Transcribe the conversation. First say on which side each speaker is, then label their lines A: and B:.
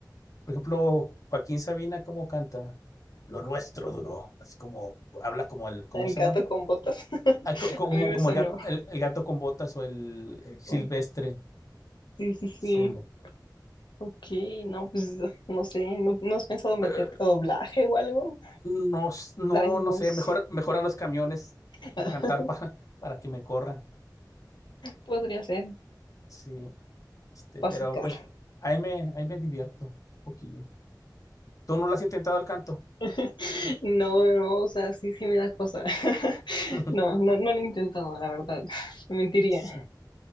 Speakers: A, on the left; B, on the left.
A: por ejemplo, Joaquín Sabina, ¿cómo canta? Lo nuestro duró, así como, habla como el, ¿cómo
B: El
A: se
B: gato
A: llama?
B: con botas. <laughs>
A: Ah, co- como,
B: A mí me
A: como
B: sonó.
A: el gato, el, el gato con botas o el, eh, silvestre.
B: como, Sí, sí, sí.
A: Sí.
B: Ok, no, pues, no sé, ¿no, no has pensado meterte
A: Eh,
B: a doblaje o algo?
A: No, s- no,
B: Traes
A: no
B: voz.
A: sé, mejor, mejor a los camiones
B: <laughs>
A: a cantar <laughs> para, para que me corran.
B: Podría ser,
A: Sí. Este,
B: para
A: pero
B: sacar.
A: pues ahí me, ahí me divierto un poquillo. ¿Tú no lo has intentado el canto?
B: <laughs> No, no, o sea, sí, sí me da cosa. <laughs>
A: <laughs>
B: No, no, no lo he intentado, la verdad. <laughs> Me Mentiría,
A: Sí,